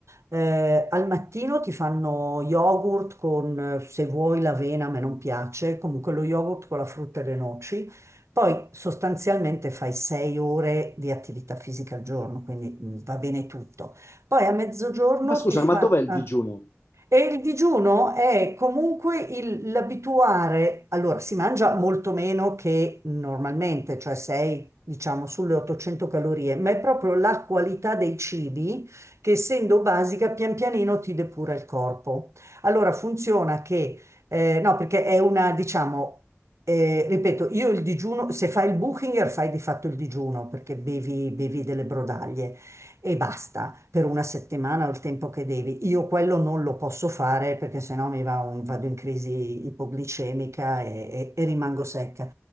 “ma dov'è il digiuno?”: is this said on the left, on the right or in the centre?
Left